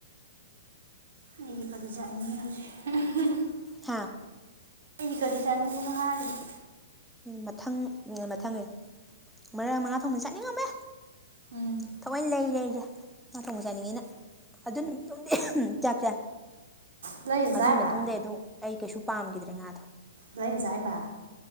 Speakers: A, on the right; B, in the centre.
A: ꯑꯩꯗꯤ ꯀꯔꯤ ꯆꯥꯅꯤꯡ ꯍꯧꯖꯤꯛ
B: ꯍꯥꯥ
A: ꯀꯗꯤ ꯀꯔꯤ ꯆꯥꯅꯤꯡꯕꯅꯣ ꯍꯥꯏꯔꯕꯗꯤ
B: ꯃꯊꯪ ꯃꯊꯪꯅꯦ ꯃꯔꯛ ꯃꯉꯥ ꯊꯣꯛꯕ ꯆꯠꯅꯤꯡꯉꯝꯃꯦ
A: ꯎꯝ
B: ꯊꯑꯣꯏ ꯂꯩꯔꯦꯁꯦ ꯅꯥꯛ ꯊꯣꯡꯕ ꯆꯥꯅꯤꯡꯉꯤꯅ ꯑꯗꯨ ꯅꯨꯃꯤꯠꯇꯣꯗꯤ ꯆꯥꯛꯁꯦ
A: ꯂꯩꯔ
B: ꯑꯗꯨꯒꯤ
A: ꯆꯥꯏꯕ
B: ꯃꯇꯨꯡꯗ ꯑꯗꯨꯝ ꯑꯩ ꯀꯩꯁꯨ ꯄꯥꯝꯈꯤꯗ꯭ꯔꯦ ꯉꯥꯗꯣ
A: ꯂꯩꯣꯏꯖꯥꯏꯕ